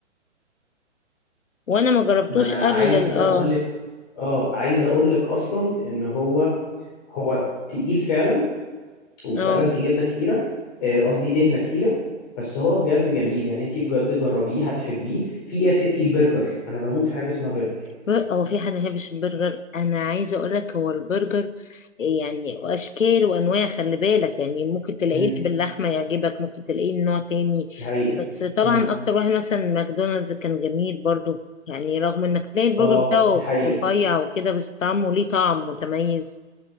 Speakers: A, on the left (about 85°); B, on the left (about 35°).
A: وانا ما جربتوش
B: ما انا
A: قبل
B: عايز
A: ال- اه
B: اقول لك اه عايز اقول لك اصلا ان هو هو تقيل فعلا وفعلا
A: اه
B: فيه جبنه كتيره آه، قصدي دهنه كتيره بس هو بجد جميل يعني انت بجد جربيه هتحبيه في ايه يا ستي البرجر انا بموت في حاجه اسمها برجر
A: ب- هو في حد ما يحبش البرجر انا عايزه اقول لك هو البرجر يعني اشكال وانواع خلي بالك يعني ممكن تلاقيه
B: امم
A: اللي باللحمه يعجبك ممكن تلاقيه نوع تاني
B: دي حقيقه
A: بس طبعا
B: امم
A: اكتر واحد مثلا ماكدونالدز كان جميل برضو يعني رغم انك تلاقي البرجر
B: اه
A: بتاعه
B: دي حقيقه
A: رفيع وكده بس طعمه ليه طعم متميز